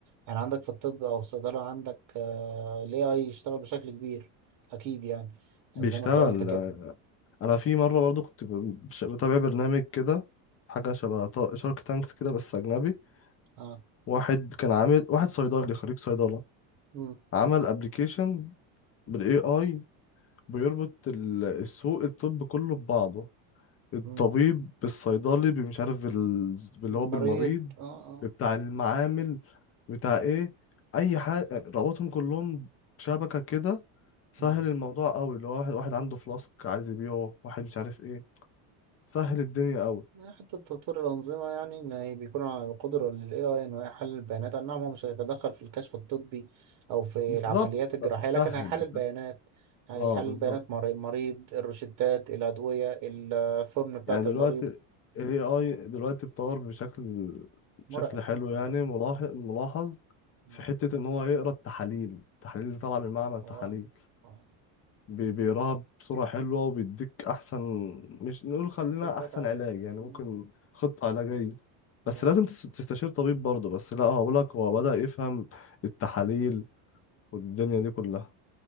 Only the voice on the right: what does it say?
يعني عندك في الطب او الصيدله عندك آه ال AI يشتغل بشكل كبير اكيد يعني
زي ما انت قلت كده
اه
امم
امم
بالمريض
اه آه.
مم.
يعني حتى تطوير الأنظمة يعني إن هي بيكون على قدرة لل AI إنه يحلل البيانات أي نعم هو مش هيتدخل في الكشف الطبي أو في
العمليات الجراحية
لكن هيحلل
بيانات هيحلل
بيانات مري- المريض الروشتات الأدوية الفورم بتاعة
المريض
مرعب
يعتبر
مم.
آه
آه
فيدباك
عليه
مم.
جامد